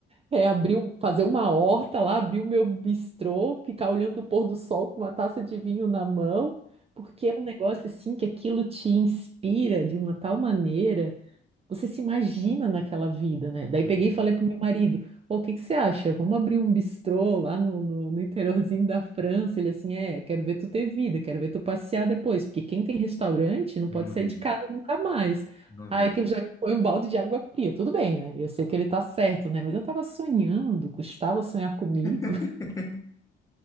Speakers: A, on the right (about 30°); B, on the left (about 15°).
A: é, abrir, um- fazer uma horta lá, abrir o meu bistrô, ficar olhando o pôr do sol com uma taça de vinho na mão, porque é um negócio assim que aquilo te inspira de uma tal maneira. Você se imagina naquela vida, né? Daí
B: uhum.
A: peguei e falei pro meu marido: Pô, o que que você acha? Vamos abrir um bistrô lá no, no, no interiorzinho da França. Ele assim: É, quero ver tu ter vida, quero ver tu passear depois, porque quem tem restaurante não pode
B: Não
A: sair
B: vi,
A: de casa nunca mais.
B: não
A: Aí
B: vi.
A: aquilo já me foi um balde de água fria. Tudo bem, né? Eu sei que ele tá certo, né? Mas eu tava sonhando, custava sonhar comigo.
B: <laughs>
A: <laughs>